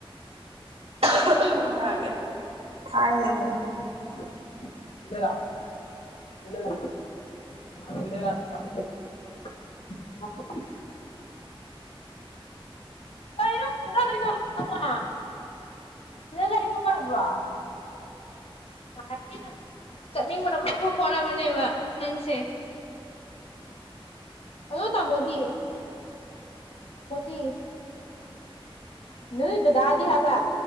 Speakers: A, on the right; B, on the left.
A: <unintelligible> ꯅꯨꯡꯉꯥꯏꯕꯅꯤ ꯊꯥꯏꯅꯩꯅ
B: <unintelligible> <unintelligible> ꯀꯩꯅꫭ ꯀꯨꯝꯗꯗꯣꯏ ꯇꯧꯏꯁꯦ ꯅꯪꯅ ꯁꯤꯗ ꯂꯩꯕ ꯅꯨꯡꯉꯥꯏꯕ꯭ꯔꯣ꯫ ꯅꯨꯡꯉꯥꯏꯔꯝꯅꯤ ꯅꯪ ꯆꯠꯅꯤꯡꯕꯅ ꯈ꯭ꯔꯣ-ꯈ꯭ꯔꯣ ꯈꯣꯠꯂꯕꯅꯦꯕ ꯅꯪꯁꯦ꯫ ꯑꯗꯣ ꯇꯥꯃꯣꯗꯤ ꯇꯥꯃꯣꯗꯤ <unintelligible> ꯅꯣꯏ ꯗꯗꯥꯗꯤ ꯍꯥꯕ